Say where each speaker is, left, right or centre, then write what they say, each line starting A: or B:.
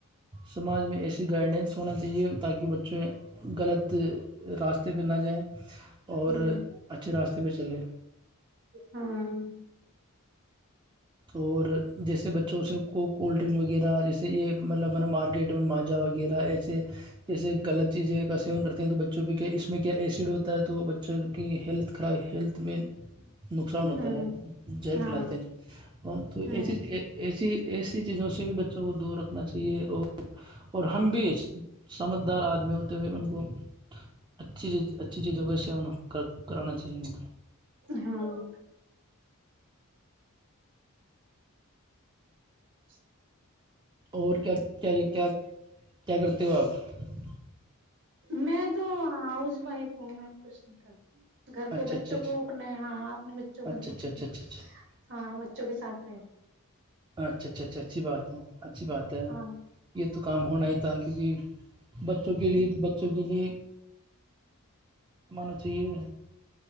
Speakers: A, on the right; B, on the right.
A: سماج میں ایسی گائیڈینس ہونا چیے تو یہ بتا کے بچے غلط راست نہ جائیں اور
B: ہوں
A: اچھے راستے پہ چلیں
B: ہاں
A: اور جیسے بچوں سے کو کولڈ ڈرنک وغیرہ جیسے یہ مطلبا مارکی یٹ میں ماجا وغیرہ ایچ جیسے غلط چیزیں کا سیون کرتے ہیں تو بچوں پہ کیا اس میں کیا ایسڈ ہوتا ہے تو بچوں کی ہیلتھ خراب ہیلتھ میں نقصان ہوتا
B: ہوں
A: ہے ج
B: ہاں
A: پلاتے نہیں تو
B: نہیں
A: ای چ <inaudible> جی ایسی چیزوں سے بھی بچوں کو دور رکھنا چاہیے اور اور ہم بھی سمجھدار آدمی ہوتے ہوئے ان کو اچھی چیز اچھی چیزوں کا سیون کرانا چاہیے م
B: ہاں <unintelligible>
A: اور کیا کیا کیا کیا کیا کرتے <unintelligible> تیواب <unintelligible>
B: میں تو ہاؤس وائف ہوں میں کچھ نہیں کرتی گھر
A: اچھا
B: پہ بچوں
A: اچھا
B: کو اپنے ہاں اپنے بچوں کو
A: اچھا
B: دیکھ
A: اچھا اچھا اچھا اچھا اچھا
B: ہاں بچوں کے ساتھ رہتے
A: اچھا اچھا اچھا اچھی بات ہے اچھی بات ہے
B: ہاں
A: یہ تو کام ہونا ہی تھا کیونکہ بچوں کے لیے تو بچوں کے لیے کمانا چاہیے